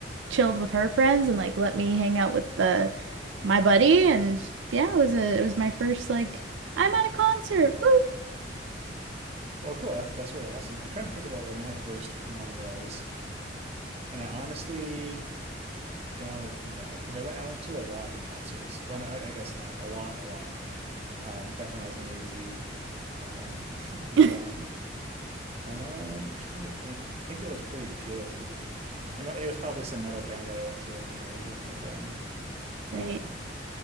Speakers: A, on the right; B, on the right.
A: chilled with her friends and like let me hang out with the my buddy. And yeah, it was a it was my first like I'm at a concert,
B: Well, cool. That's that's really awesome. I'm trying to think about what my first one was. And I honestly don't know because I went I went to a lot of concerts. Well, no, I, I guess not a lot, a lot. Um, definitely not as many as you. Uh, <laughs> but
A: woo, <laughs>
B: um, um, I'm trying to think. I think it was pretty good. It, wa- it was probably some metal band that I went to with my with my friend. Um,
A: right?